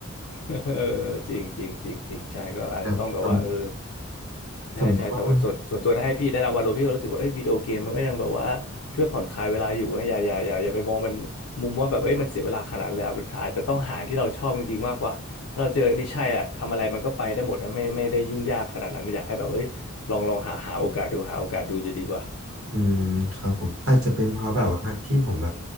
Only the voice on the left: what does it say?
<laughs> เออจริงจริงจริงจริงใช่ก็อาจจะต้องแบบว่าเออ
ใช่ใช่แต่ว่าส่วนส่วนตัวถ้าให้พี่แนะนำวาโลพี่ก็รู้สึกว่าเอ้ยวิดีโอเกมมันก็ยังแบบว่าช่วยผ่อนคลายเวลาอยู่นะอย่าอย่าอย่าอย่าไปมองมันมุมว่าแบบเอ้ยมันเสียเวลาขนาดนั้นเลยเอาเป็นอาจจะต้องหาที่เราชอบจริงๆมากกว่าถ้าเราเจออันนี่ใช่อ่ะทำอะไรมันก็ไปได้หมดนะไม่ไม่ได้ยุ่งยากขนาดนั้นอยากให้แบบเอ้ยลองลองหาหาโอกาสดูหาโอกาสดูจะดีกว่า
ครับ